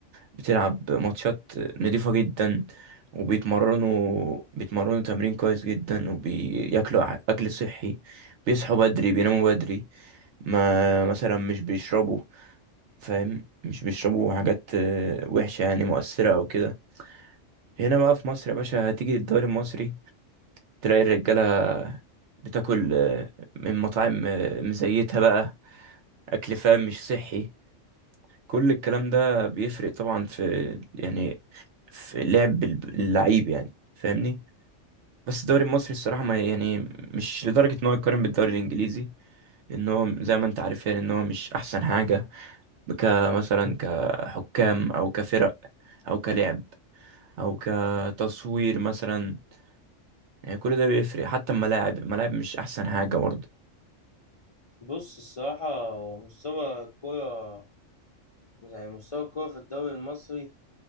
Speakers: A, on the right; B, on the left.
A: بتلعب ماتشات نضيفة جدا وبيتمرنوا بيتمرنوا تمرين كويس جدا وبياكلوا ع- اكل صحي بيصحوا بدري بيناموا بدري ما مثلا مش بيشربوا فاهم مش بيشربوا حاجات آه، وحشة يعني مؤثرة او كده هنا بقى في مصر يا باشا هتيجي الدوري المصري تلاقي الرجالة بتاكل آه، من مطاعم آه، مزيتها بقى أكل فاهم مش صحي كل الكلام ده بيفرق طبعا في يعني في لعب اللعيب يعني فاهمني بس الدوري المصري الصراحة ما يعني مش لدرجة إن هو يقارن بالدوري الإنجليزي لأن هو زي ما أنت عارف يعني إن هو مش أحسن حاجة كمثلا كحكام أو كفرق أو كلعب أو كتصوير مثلا يعني كل ده بيفرق حتى الملاعب الملاعب مش أحسن حاجة برضه
B: بص الصراحة مستوى الكورة يعني مستوى الكورة في الدوري المصري